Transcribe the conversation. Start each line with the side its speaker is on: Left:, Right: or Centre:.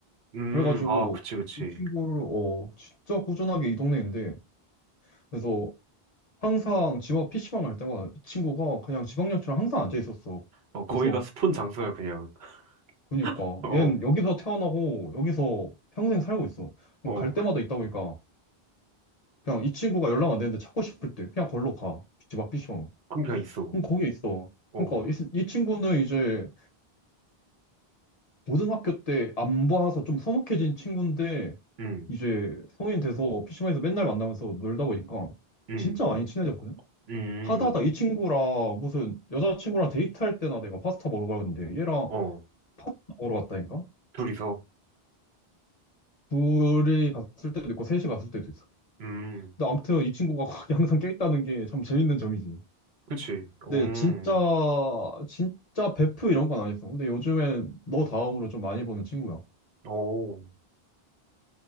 Right: 음,
Left: 그래가지고
Right: 아, 그치, 그치.
Left: 이 친구를 어 진짜 꾸준하게 이 동네인데 그래서 항상 집 앞 PC방 갈 때마다 이 친구가 그냥 지방역처럼 항상 앉아 있었어.
Right: 어, 거기가
Left: 그래서
Right: 스폰 장소야, 그냥.
Left: 그니까
Right: <laughs> 어,
Left: 얘는 여기서 태어나고 여기서 평생 살고 있어. 그럼
Right: 어,
Left: 갈 때마다 있다 보니까 그냥 이 친구가 연락 안 되는데 찾고 싶을 때 그냥 걸로 가. 집 앞 PC방.
Right: 그럼 그냥 있어.
Left: 그럼 거기 있어.
Right: 어,
Left: 그러니까 이, 이 친구는 이제 고등학교 때 안 봐서 좀 서먹해진 친구인데
Right: 음,
Left: 이제 성인 돼서 피 c 방에서 맨날 만나면서 놀다 보니까
Right: 음,
Left: 진짜 많이 친해졌거든?
Right: 음,
Left: 하다 하다 이 친구랑 무슨 여자친구랑 데이트할 때나 내가 파스타 먹으러 가는데 얘랑
Right: 어,
Left: 파스타 먹으러 갔다니까?
Right: 둘이서.
Left: 둘이 갔을 때도 있고 셋이 갔을 때도 있어.
Right: 음,
Left: 근데 아무튼 이 친구가 <laughs> 거기 항상 껴있다는 게 참 재밌는 점이지.
Right: 그치. 음,
Left: 근데 진짜 진짜 베프 이런 건 아니었어. 근데 요즘엔 너 다음으로 좀 많이 보는 친구야.
Right: 어.